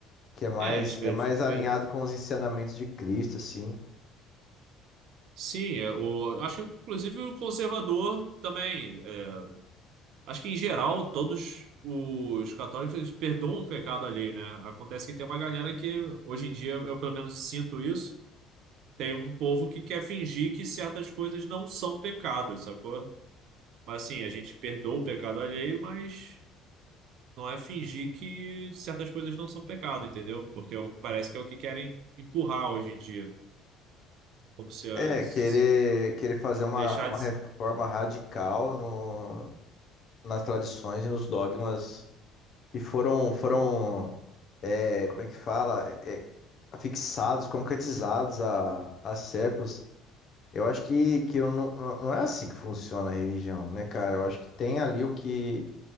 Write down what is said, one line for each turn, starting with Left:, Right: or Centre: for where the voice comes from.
Left: que é mais
Right: É, eles.
Left: é
Right: eles-
Left: mais alinhado com os ensinamentos de Cristo, assim.
Right: Sim, é, o, acho que inclusive o conservador também. é, acho que em geral, todos os católicos eles perdoam o pecado alheio, né? Acontece que tem uma galera que, hoje em dia, eu pelo menos sinto isso tem um povo que quer fingir que certas coisas não são pecados, sacou? Mas assim, a gente perdoa o pecado alheio, mas não é fingir que certas coisas não são pecado, entendeu? Porque é o- parece que é o que querem empurrar hoje em dia. Como se as-
Left: É, querer querer fazer uma,
Right: deixar
Left: uma
Right: de.
Left: reforma radical no, nas tradições e nos dogmas que foram foram é, como é que fala É, é, fixados, concretizados há, há séculos. Eu acho que, que eu não, não é assim que funciona a religião, né, cara? Eu acho que tem ali o que